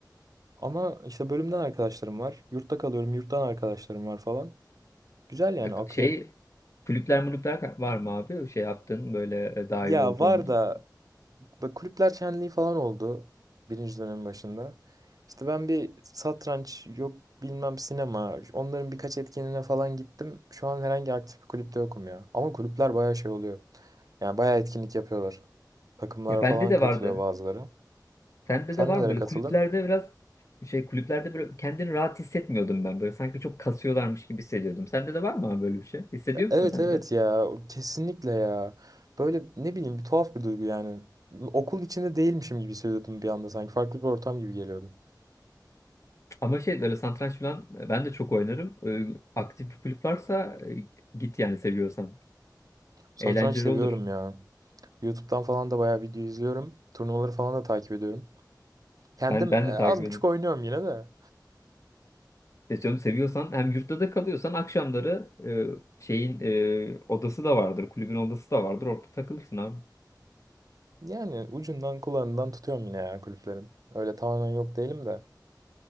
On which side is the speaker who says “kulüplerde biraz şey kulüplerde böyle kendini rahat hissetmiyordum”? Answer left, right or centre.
Left